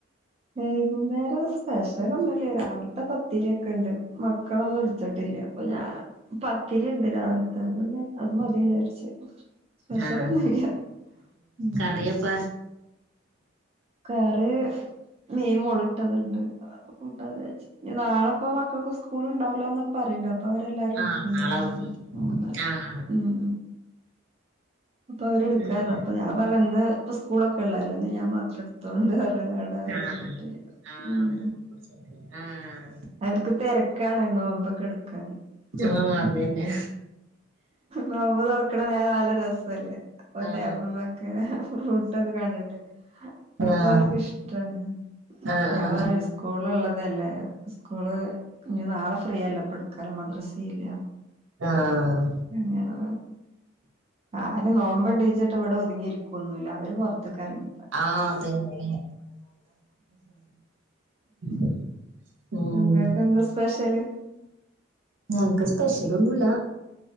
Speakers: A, on the right; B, on the right.
A: വൈകുന്നേരം സ്പെഷലൊന്നുല്ല രാവിൽത്തെ പത്തിരി ഒക്കെണ്ട് മക്കളൊന്നും ഇടുത്തിട്ടില്ല അപ്പൊ ഞാൻ പത്തിരി ഇണ്ട് രാവിലത്തെ അതന്നെ അത് മതി വിചാരിച്ച് സ്പെഷ്യലൊന്നു
B: ആഹ്
A: ഇല്ല്യ ഉം
B: കറിയപ്പ
A: കറി മീൻ മോള്ട്ടത്ണ്ട് അപ്പൊ കൂട്ട വിചാരിച്ചു ഇഞ്ഞി നാളപ്പോ മക്കക്ക് സ്കൂള് ണ്ടാവൂ ലാന്നൊക്കെ പറിണ്ട് ഇപ്പൊ അവരെല്ലാരും
B: ആഹ്
A: ഇട്ക്ക്ണ്ട്ന്ന്
B: നാളെ അവധി
A: പർഞ്ഞ് ഓണർ
B: ആഹ്
A: ഉം ഇപ്പൊ അവര് എട്ക്കാർഞ്
B: ആഹ്
A: അപ്പ ഞാൻ പറഞ്ഞ് ഇന്ന് സ്കൂളൊക്കെ ഇള്ളേല്ലേ ഇന്ന് ഞാൻ മാത്രം തോണ്ട് അർഞ്ഞ്ങ്ങാണ്ട് അവരെ
B: ആഹ്
A: ഇട്ത്തിട്ടില്ല
B: ആഹ് ആഹ്
A: ഉം
B: അവര് നോമ്പുടിച്ചിട്ട് ആഹ്
A: ഇപ്പ തരക്കാണ് നോമ്പൊക്കെടുക്കാൻ
B: ജാ അതന്നെ
A: നോമ്പ് തൊറക്ക നേ നല്ല രസല്ലേ ഇപ്പൊ
B: ആഹ്
A: ടേബിൾമൊക്കെ ഫ്രൂട്ടൊക്കെ കണ്ടിട്ട് അപ്പൊ
B: ആഹ് ആഹ്
A: അവർക്ക് ഇഷ്ടാണ്
B: ആഹ്
A: ഞാ
B: ആഹ്
A: പറിയ സ്‌ കൂള് ള്ളതല്ലേ സ്കൂള് ഇഞ്ഞു നാളെ ഫ്രീയല്ല ഇപ്പട്ക്കാനും മദ്രസ ഇല്ല
B: ആഹ്
A: അങ്ങനെ ആര് നോമ്പണ്ടീച്ചിട്ട് ഇവിടെ ഒതുങ്ങിയിരിക്കൊന്നുല്ല അവര് പൊർ ത്ത്കറങ്ങി
B: ആഹ് അതന്നെ <unintelligible> ഉം
A: നിങ്ങക്കെന്താ സ്പെഷ്യല്
B: ഞങ്ങക്ക് സ്പെഷ്യലൊന്നുല്ല